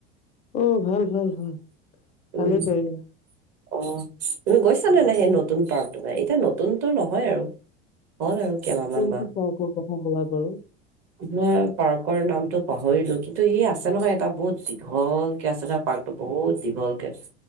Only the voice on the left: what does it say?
আহ ভাল ভাল ভাল
ভালেই কৰিলা।
কোনটো
পাৰ্কৰ কথা ক'লা বাৰু?